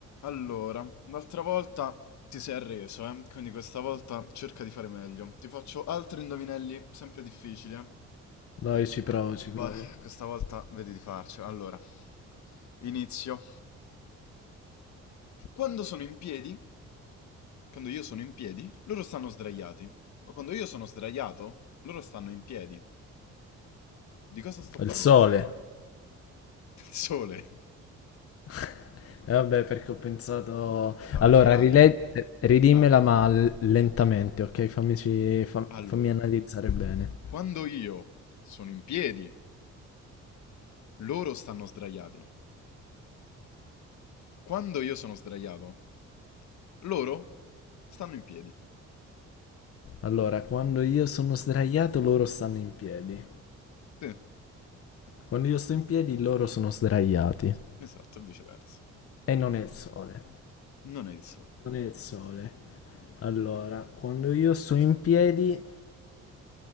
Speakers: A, on the left (about 70°); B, on the left (about 50°).
A: Allora, l'altra volta ti sei arreso, eh? Quindi questa volta cerca di fare meglio. Ti faccio altri indovinelli sempre difficili, eh?
B: No, io ci provo, ci provo.
A: Vai, questa volta vedi di farcela. Allora, inizio. Quando sono in piedi, quando io sono in piedi, loro stanno sdraiati. Ma quando io sono sdraiato, loro stanno in piedi. Di cosa sto
B: Il
A: parlando?
B: sole.
A: <laughs> Del sole.
B: <laughs> E vabbè, perché ho pensato...
A: No,
B: Allora,
A: è plurale.
B: rile- ridimmela
A: Ah,
B: ma l- lentamente, ok? Fammici... fam-
A: allora,
B: fammi analizzare bene.
A: quando io sono in piedi, Loro stanno sdraiati. Quando io sono sdraiato, loro stanno in piedi.
B: Allora, quando io sono sdraiato, loro stanno in piedi.
A: Sì,
B: Quando io sto in piedi, loro sono sdraiati.
A: esatto, viceversa.
B: E non è il sole.
A: Non è il sole.
B: Non è il sole. Allora, quando io sto in piedi,